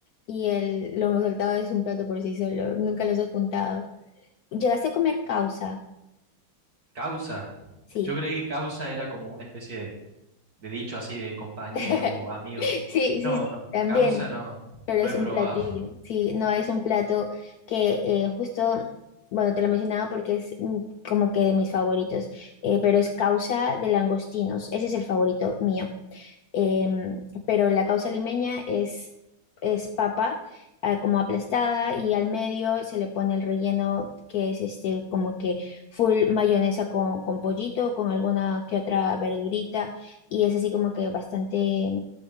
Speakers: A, on the left; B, on the right.
A: y el lomo saltado es un plato por sí solo. Nunca los he juntado. ¿Llegaste a comer causa?
B: causa.
A: Sí.
B: Yo creí que causa era como una especie de, de dicho así de compañero
A: <laughs>
B: o amigo.
A: Sí,
B: No,
A: sí, sí,
B: no,
A: también,
B: causa no,
A: pero
B: no
A: es
B: he
A: un
B: probado.
A: platillo, sí, no es un plato que eh, justo, bueno, te lo mencionaba porque es mm, como que de mis favoritos, eh, pero es causa de langostinos, ese es el favorito mío, Em, pero la causa limeña es, es papa ah, como aplastada y al medio se le pone el relleno que es este como que full mayonesa con, con pollito, con alguna que otra verdurita y es así como que bastante...